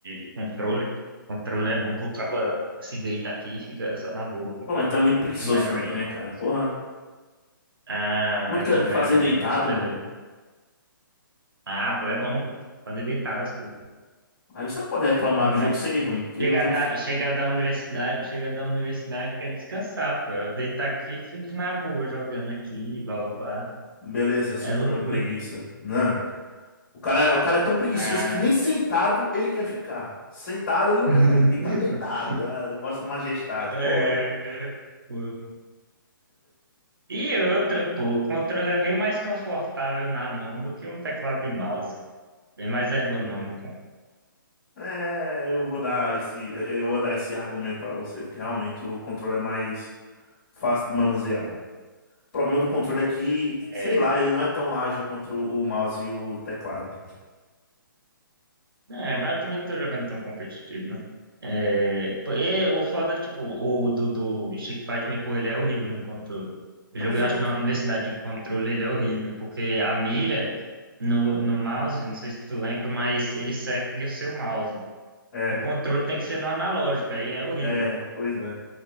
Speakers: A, on the right; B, on the left.
A: de controle. Controle é bom que o cara se deita aqui e fica só na boa, pô.
B: Pô, mas tu é muito preguiçoso
A: Mas jogando
B: também,
A: controle.
B: né, cara? Porra.
A: Ah,
B: Tudo
A: é
B: que
A: bom
B: é
A: demais
B: fazer
A: jogar
B: deitado,
A: de controle também.
B: mano.
A: Ah, pô, é bom, pô. Fazer deitar as coisas.
B: Aí você não pode reclamar
A: Bom
B: do
A: demais.
B: jogo ser ruim, porque
A: Chegar
B: o jogo.
A: da, chegar da universidade, chegar da universidade quer descansar, pô. Eu deito aqui e fico na boa jogando aqui, blá blá blá.
B: Beleza, suprema
A: É loucura.
B: preguiça. Não. O cara, o cara é tão preguiçoso
A: Ah,
B: que nem sentado ele quer ficar. Sentado ele não
A: <laughs>
B: quer ficar, ele tem que ficar deitado. Ah, Vossa Majestade,
A: é,
B: porra.
A: pô. E outra, pô, o controle é bem mais confortável na mão do que um teclado de mouse. Bem mais ergonômico.
B: É, eu vou dar esse, eu vou dar esse argumento pra você, porque realmente o controle é mais fácil de manusear. O problema do controle é que,
A: É,
B: sei lá, ele não é tão ágil contra o mouse e o teclado.
A: É, mas eu também não tô jogando tão competitivo, né? É, pô, e o foda, é que, tipo, o do, do Street Fighter, me, pô, ele é horrível no controle. Eu
B: Não,
A: joguei,
B: mas eu
A: acho
B: não é,
A: que
B: tipo-
A: na universidade de controle ele é horrível, porque a mira no, no mouse, não sei se tu lembra, mas ele segue o seu mouse.
B: é,
A: O controle tem que ser no analógico, aí é horrível.
B: é, pois é.